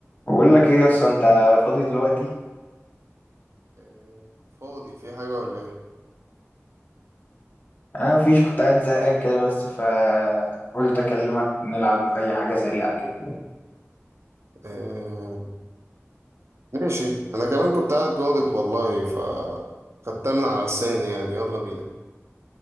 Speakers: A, on the left; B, on the right.
A: بقول لك ايه اصلا انت فاضي دلوقتي
B: آه، فاضي في حاجة ولا ايه؟
A: انا مفيش كنت قاعد زهقان كده بس فقلت اكلمك نلعب اي حاجه سريعه كده
B: آه، ماشي انا كمان كنت قاعد جادد والله ف خدتها من على لساني يعني يلا بينا